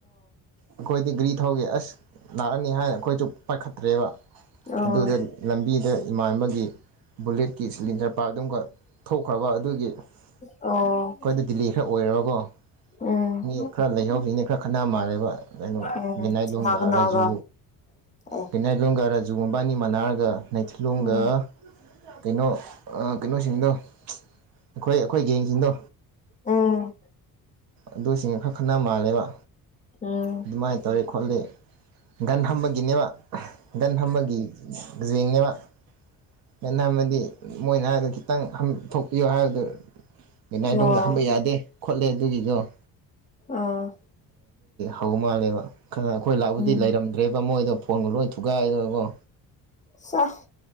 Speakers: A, on the right (about 65°); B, on the left (about 20°).
A: ꯑꯩꯈꯣꯏꯗꯤ ꯒ꯭ꯔꯤ ꯊꯧꯒꯦ ꯑꯁ ꯂꯥꯛꯑꯅꯤ ꯅꯤꯍꯥꯏ ꯑꯩꯈꯣꯏꯁꯨ ꯄꯥꯏꯈꯠꯇ꯭ꯔꯦꯕ
B: ꯑꯣ
A: ꯑꯗꯨꯗ ꯂꯝꯕꯤꯗ ꯏꯃꯥꯟꯅꯕꯒꯤ ꯕꯨꯂꯦꯠꯀꯤ ꯁꯤꯂꯤꯟꯖꯔ ꯄꯥ ꯑꯗꯨꯒꯒ ꯊꯣꯛꯈ꯭ꯔꯕ ꯑꯗꯨꯒꯤ ꯑꯩꯈꯣꯏꯗ
B: ꯑꯣ
A: ꯗꯤꯜꯂꯤ ꯈꯔ ꯑꯣꯏꯔꯔꯕ
B: ꯎꯝ
A: ꯃꯤ
B: ꯎꯝ
A: ꯈꯔ ꯂꯩꯍꯧꯕꯤꯅꯤ ꯈꯔ ꯈꯠꯅꯥ ꯃꯥꯜꯂꯦꯕ ꯀꯩꯅꯣ
B: ꯀꯅꯥ
A: ꯕꯤꯅꯥꯏꯂꯣꯗ
B: ꯀꯅꯥꯒ
A: ꯔꯥꯖꯨ
B: ꯑꯦ
A: ꯄꯤꯅꯠꯔꯣꯡꯒ ꯀꯥꯖꯨ ꯃꯕꯥꯅꯤ ꯃꯥꯟꯅꯥꯔꯒ ꯂꯩꯩꯊꯤꯂꯣꯡꯒ
B: ꯎꯝ
A: ꯀꯩꯅꯣ ꯀꯩꯅꯣꯁꯤꯡꯗꯣ ꯑꯩꯈꯣꯏ ꯑꯩꯈꯣꯏ ꯌꯦꯡꯁꯤꯡꯗꯣ
B: ꯎꯝ
A: ꯑꯗꯨꯁꯤꯡꯅ ꯈꯔ ꯈꯠꯅ ꯃꯥꯜꯂꯦꯕ
B: ꯎꯝ
A: ꯑꯗꯨꯃꯥꯏꯅ ꯇꯧꯔꯤ ꯈꯣꯠꯂꯤ ꯒꯟꯍꯝ ꯃ ꯒꯤꯅꯦꯕ ꯒꯟ ꯐꯝꯕꯒꯤꯖꯦꯡꯅꯦꯕ ꯒꯟ ꯍꯥꯝꯕꯗꯤ ꯃꯣꯏꯅ ꯍꯥꯏꯕꯗ ꯈꯤꯇꯪ ꯍꯪꯊꯣꯛ ꯄꯤꯌꯣ ꯍꯥꯏꯕꯗꯣ ꯅꯥꯏꯂꯣꯡꯗ
B: ꯎꯝ ꯑꯣ
A: ꯍꯝꯕ ꯌꯥꯗꯦ ꯈꯣꯠꯂꯦ ꯑꯗꯨꯒꯤꯗꯣ
B: ꯑꯣ
A: ꯍꯧ ꯃꯥꯥꯂꯦꯕ ꯈ ꯈ ꯑꯈꯣꯏ ꯂꯥꯛꯎꯗꯤ
B: ꯎꯝ
A: ꯂꯩꯔꯝꯗ꯭ꯔꯦ ꯃꯣꯏꯗ ꯐꯣꯟꯒ ꯂꯣꯏ ꯊꯨꯒꯥꯏꯗꯅꯀꯣ
B: ꯁꯥ